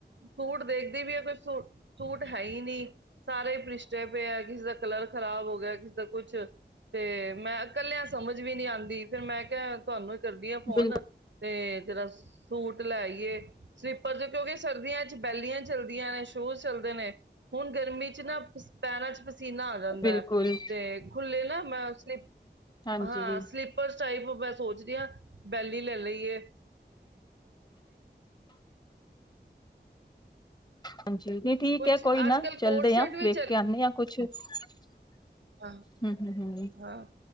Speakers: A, on the right; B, on the left.
A: ਸੂਟ ਦੇਖਦੀ ਪੀ ਐ ਕੋਈ ਸੂ ਸੂਟ ਹੈ ਈ ਨੀ, ਸਾਰੇ ਈ ਪ੍ਰਿਸ਼ਟੇ ਪਏ ਐ ਕਿਸੇ ਦਾ ਕਲਰ ਖ਼ਰਾਬ ਹੋ ਗੇਆ ਕਿਸੇ ਦਾ ਕੁਛ, ਤੇ ਮੈਂ ਇਕੱਲਿਆਂ ਸਮਝ ਵੀ ਨੀ ਆਂਦੀ ਫਿਰ ਮੈਂ ਕੇਆ ਤੋਨੂੰ ਕਰਦੀ ਆ ਫੋਨ,
B: ਬਿਲਕੁਲ
A: ਤੇ ਤਰ੍ਹਾਂ ਸੂਟ ਲੈਈਏ, ਸਲੀਪਰ ਚ ਕੇਓਂਕਿ ਸਰਦੀਆਂ ਚ ਬੈਲੀਆਂ ਚਲਦੀਆਂ ਨੇ ਸ਼ੂਜ ਚੱਲਦੇ ਨੇ, ਹੁਣ ਗਰਮੀ ਚ ਨਾ ਪੈਰਾਂ ਚ ਪਸੀਨਾ ਆ ਜਾਂਦਾ
B: ਬਿਲਕੁਲ
A: ਐ, ਤੇ ਖੁੱਲੇ ਨਾ ਮੈਂ ਉਸ ਲ
B: ਹਾਂਜੀ
A: ਹਾਂ ਸਲੀਪਰ ਸਈ <unintelligible> ਬੈਲੀ ਲੈ ਲਈਏ
B: ਹਾਂਜੀ, ਨੀਂ ਠੀਕ
A: ਕੁਛ
B: ਐ ਕੋਈ ਨਾ,
A: ਅੱਜ ਕੱਲ ਕੋਟ
B: ਚੱਲਦੇ
A: ਸੈਟ
B: ਆ
A: ਵੀ
B: ਵੇਖ
A: ਚੱਲ
B: ਕੇ ਆਣੇ ਆ ਕੁਛ। ਹੂੰ
A: ਹਾਂ,
B: ਹੂੰ ਹੂੰ
A: ਹਾਂ